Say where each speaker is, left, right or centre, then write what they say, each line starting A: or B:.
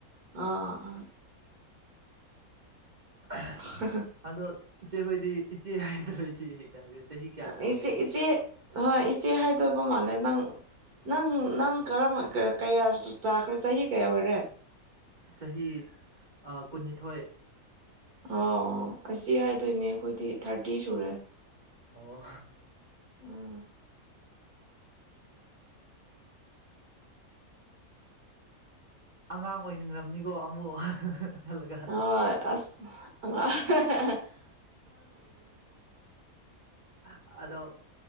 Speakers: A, on the right; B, on the right.
A: ꯑꯣꯥ
B: ꯑ
A: ꯍ
B: ꯑꯗꯣ ꯏꯆꯦ ꯑꯩꯈꯣꯏꯗꯤ ꯏꯆꯦ ꯍꯥꯏꯗ꯭ꯔꯣ ꯏꯆꯦ ꯍꯦꯛꯇ ꯍꯥꯏꯈꯦ ꯆꯍꯤ ꯀꯌꯥ
A: ꯑꯥ
B: ꯆꯨꯔꯒꯦ
A: ꯏꯆꯦ ꯏꯆꯦ ꯍꯣꯏ ꯏꯆꯦ ꯍꯥꯏꯗꯣꯏꯕ ꯃꯥꯜꯂꯦ ꯅꯪ ꯅꯪ ꯅꯪ ꯀꯔ ꯀꯌꯥ ꯇꯥꯈ꯭ꯔꯦ ꯆꯍꯤ ꯀꯌꯥ ꯑꯣꯏꯔꯦ
B: ꯆꯍꯤ ꯀꯨꯟꯅꯤꯊꯣꯏ
A: ꯑꯥꯎ ꯑꯁꯤ ꯍꯥꯏꯗꯣꯏꯅꯦ ꯑꯩꯈꯣꯏꯗꯤ ꯊꯥꯔꯇꯤ ꯁꯨꯔꯦ
B: ꯑꯣ
A: ꯎꯝ
B: ꯑꯉꯥꯡ ꯑꯣꯏꯅꯤꯡ꯭ꯔꯝꯅꯤꯀꯣ ꯑꯃꯨꯛ ꯈꯜꯂꯒ
A: ꯍꯣꯏ ꯑꯁ ꯍ
B: ꯑꯗꯣ